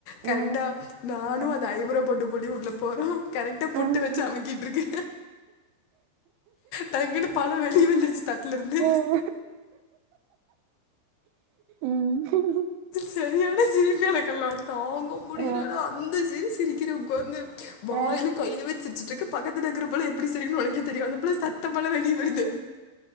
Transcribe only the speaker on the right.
ம்
ம்
ம்
ம் ம்
அ
அ